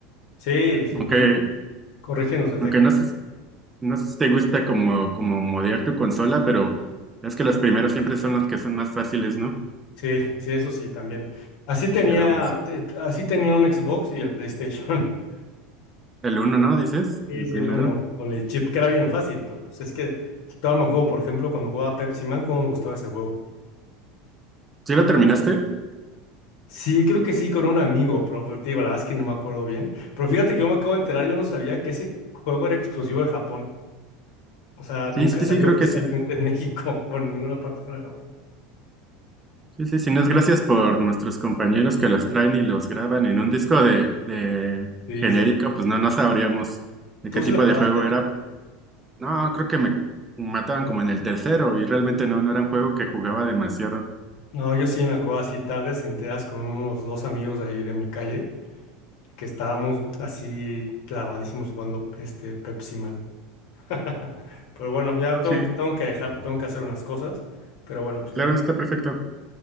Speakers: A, on the left (about 70°); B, on the right (about 20°).
A: Sí, sí,
B: aunque,
A: sí, corrigen los defectos.
B: aunque no sé, no sé si te gusta como, como modear tu consola, pero es que las primeras siempre son las que son más fáciles, ¿no?
A: Sí, sí, eso sí, también. Así tenía,
B: Pero pues
A: te- así tenía un Xbox y el PlayStation. <laughs>
B: el uno, ¿no? Dices,
A: Sí,
B: el
A: sí,
B: primero.
A: el uno, con el chip que era bien fácil, pero pues es que todavía me juego, por ejemplo, cuando jugaba Pepsi Man, cómo me gustaba ese juego.
B: ¿Sí lo terminaste?
A: Sí, creo que sí, con un amigo, pero te digo, la verdad es que no me acuerdo bien. Pero fíjate que yo me acabo de enterar, yo no sabía que ese juego era exclusivo de Japón. O sea,
B: Sí,
A: nunca
B: sí,
A: salió
B: sí, creo
A: oficialmente
B: que sí.
A: en <laughs> México, bueno, en ninguna parte fuera de Japón.
B: Sí, sí, sí, no es gracias por nuestros compañeros que los traen y los graban en un disco de, de
A: Sí,
B: genérico,
A: sí.
B: pues no, no sabríamos de
A: ¿Tú
B: qué tipo
A: sí lo acabaste?
B: de juego era. No, creo que me mataban como en el tercero y realmente no, no era un juego que jugaba demasiado.
A: No, yo sí me acuerdo así tarde, se enteras con unos dos amigos de ahí de mi calle, que estábamos así clavadísimos jugando este Pepsi Man. <laughs> Pero bueno, ya
B: No,
A: tengo,
B: sí,
A: tengo que dejar, tengo que hacer unas cosas. Pero bueno, pues
B: claro,
A: te mando
B: está perfecto.